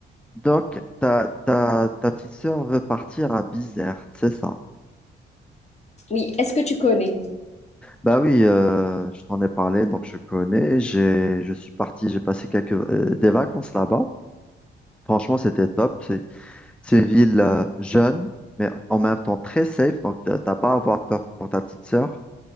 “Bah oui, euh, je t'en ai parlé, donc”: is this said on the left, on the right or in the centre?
Centre